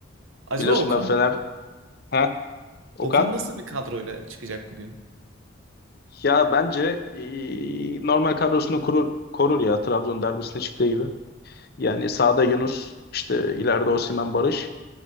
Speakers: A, on the right (about 75°); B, on the left (about 50°).
A: Acaba
B: Biliyorsun
A: Okan
B: ben Fener. Ha Okan?
A: Okan nasıl bir kadroyla çıkacak bugün?
B: Ya bence e, normal kadrosunu kurur, korur ya Trabzon derbisine çıktığı gibi. Yani sağda Yunus işte ileride Osimhen Barış.